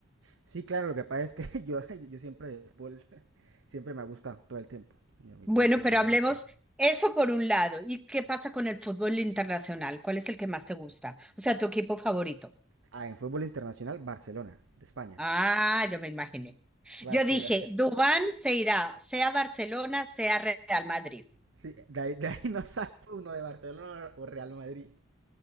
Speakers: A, on the right; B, in the centre.
A: Sí, claro, lo que pasa es que <laughs> yo, yo siempre, de fútbol, <laughs> siempre me ha gustado todo el tiempo. Y a mí
B: Bueno,
A: todo el tiempo
B: pero
A: me
B: hablemos
A: ha gustado.
B: eso por un lado. ¿Y qué pasa con el fútbol internacional? ¿Cuál es el que más te gusta? O sea, tu equipo favorito.
A: Ah, en fútbol internacional, Barcelona, de España.
B: Ah, yo me imaginé.
A: Barcelona.
B: Yo dije,
A: <laughs>
B: Dubán se irá, sea Barcelona, sea Real Madrid.
A: Sí, de ahí, de ahí no sale uno de Barcelona o Real Madrid.